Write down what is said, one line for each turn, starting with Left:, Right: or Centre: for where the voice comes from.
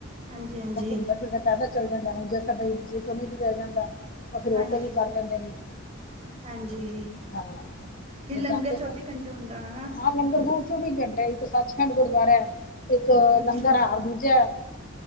Right: ਹਾਂਜੀ ਹਾਂਜੀ
Left: ਘੁੰਮਦਾ ਫੇਰ ਤਾਂ ਪੈਦਲ ਚਲ ਜਾਂਦਾ ਆ, ਹੁਣ ਜਿਸ ਤਾ ਬਈ ਤੋਂ ਨਹੀਂ ਤੁਰਿਆ ਜਾਂਦਾ, ਤਾਂ ਫੇਰ ਓਟੋ
Right: ਹਾਂਜੀ
Left: ਵੀ ਕਰ ਲੈਂਦੇ ਨੇ।
Right: ਹਾਂਜੀ
Left: ਹਾਂ
Right: ਫੇ
Left: ਫਿਰ
Right: ਲੰਗਰ
Left: ਜਾਂਦੇ
Right: ਚੌਵੀ
Left: ਰਹਿੰਦੇ।
Right: ਘੰਟੇ ਹੁੰਦਾ ਹੁਣਾ ਨਾ।
Left: ਹਾਂ, ਲੰਗਰ ਤੋ ਚੌਵੀ ਘੰਟੇ, ਇੱਕ ਸੱਚਖੰਡ ਗੁਰਦੁਆਰਾ ਆ, ਇੱਕ
Right: ਹੂੰ
Left: ਲੰਗਰ
Right: ਹੂੰ
Left: ਹਾਰ ਦੂਜਾ ਐ।